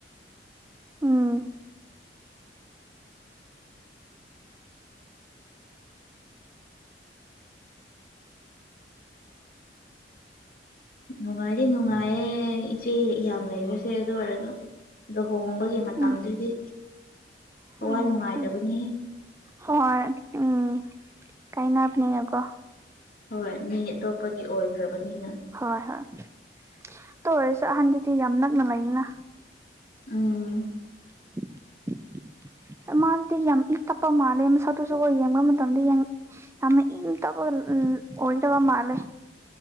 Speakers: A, on the right; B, on the left.
A: ꯎꯝ
B: ꯅꯨꯡꯉꯥꯏꯗꯤ ꯅꯨꯡꯉꯥꯏꯌꯦ ꯏꯆꯦ ꯌꯥꯝ ꯂꯩꯕꯁꯦ ꯑꯗꯨ ꯑꯣꯏꯔꯁꯨ ꯂꯨꯍꯣꯡꯕꯒꯤ ꯃꯇꯝꯗꯨꯗꯤ
A: ꯎꯝ
B: ꯊꯥꯋꯥꯏ
A: ꯎꯝ
B: ꯅꯨꯡꯉꯥꯏꯇꯕꯅꯤꯍꯦ
A: ꯍꯣꯏ ꯎꯝ ꯀꯥꯏꯅꯕꯅꯤꯅꯀꯣ
B: ꯍꯣꯏ ꯃꯤ ꯑꯇꯣꯞꯄꯒꯤ ꯑꯣꯏꯈ꯭ꯔꯕꯅꯤꯅ
A: ꯍꯣꯏ ꯍꯣꯏ ꯇꯣ ꯑꯣꯏꯔꯁꯨ ꯑꯍꯟꯗꯤ ꯌꯥꯝ ꯅꯛꯅꯕ ꯂꯩꯥꯌꯦꯅ
B: ꯎꯝ
A: <unintelligible> ꯃꯥꯃꯥꯗꯨꯗꯤ ꯌꯥꯝ ꯏꯪ ꯇꯞꯄ ꯃꯥꯜꯂꯦ ꯃꯁꯛꯗꯨꯁꯨꯀꯣ ꯌꯦꯡꯕ ꯃꯇꯝꯗ ꯌꯥꯝ ꯏꯪ ꯇꯞꯄ ꯑꯣꯢꯒꯗꯕ ꯃꯥꯜꯂꯦ